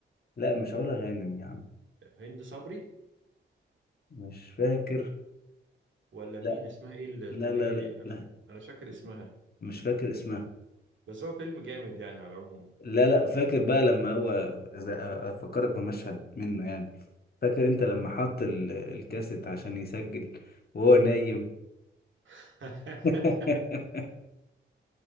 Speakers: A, on the left (about 45°); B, on the right (about 65°).
A: لا مش علا غانم يا عم
B: هند صبري
A: مش فاكر
B: ولا مين
A: لا
B: اسمها ايه الطويلة
A: لا لا
B: دي
A: لا
B: انا
A: لا
B: انا فاكر اسمها
A: مش فاكر اسمها
B: بس هو فيلم جامد يعني على العموم
A: لا لا فاكر بقى لما هو إذا- افكرك بمشهد منه يعني فاكر انت لما حط ال- الكاسيت عشان يسجل وهو نايم
B: <laughs>
A: <laughs>